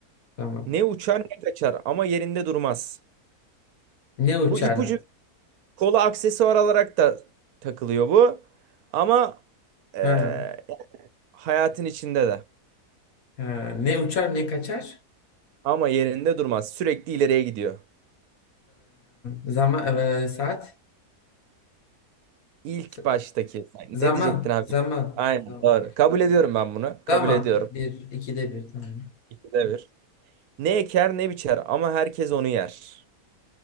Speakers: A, on the left; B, on the right.
A: Tamam.
B: Ne uçar ne kaçar ama yerinde durmaz.
A: Ne uçar?
B: Bu ipucu Kola aksesuar olarak da takılıyor bu. Ama eee,
A: Ha,
B: hayatın içinde de.
A: ha. Ne uçar ne kaçar?
B: Ama yerinde durmaz. Sürekli ileriye gidiyor.
A: zaman e, saat
B: İlk
A: Z-
B: baştaki. Sen
A: zaman
B: Ne diyecektin abi?
A: zaman
B: Aynen
A: zaman.
B: doğru. Kabul ediyorum ben bunu. Kabul
A: Zaman
B: ediyorum.
A: bir ikide bir tamam.
B: İkide bir. Ne eker ne biçer ama herkes onu yer.